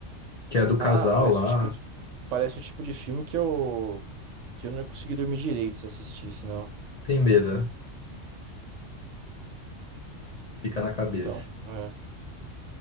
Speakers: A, on the left; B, on the right.
A: que é do casal
B: Ah, parece
A: lá,
B: o tipo de, parece o tipo de filme que eu, que eu não ia conseguir dormir direito se assistisse, não.
A: tem medo, né? Fica na cabeça.
B: Então, é.